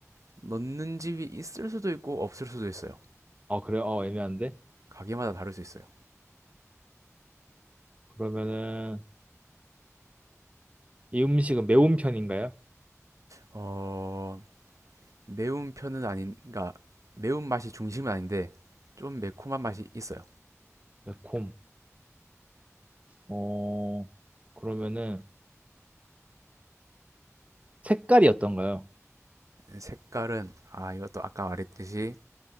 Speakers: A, on the right; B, on the right.
A: 넣는 집이 있을 수도 있고 없을 수도 있어요.
B: 어, 그래요? 어, 애매한데.
A: 가게마다 다를 수 있어요.
B: 그러면은 이 음식은 매운 편인가요?
A: 어, 매운 편은 아닌, 그러니까 매운 맛이 중심은 아닌데 좀 매콤한 맛이 있어요.
B: 매콤. 어, 그러면은 색깔이 어떤가요?
A: 색깔은 아 이것도 아까 말했듯이